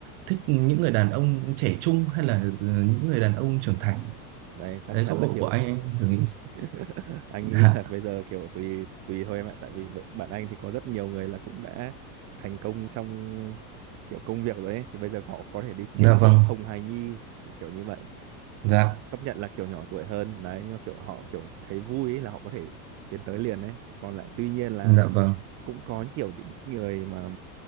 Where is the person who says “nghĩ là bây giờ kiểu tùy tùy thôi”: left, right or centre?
Right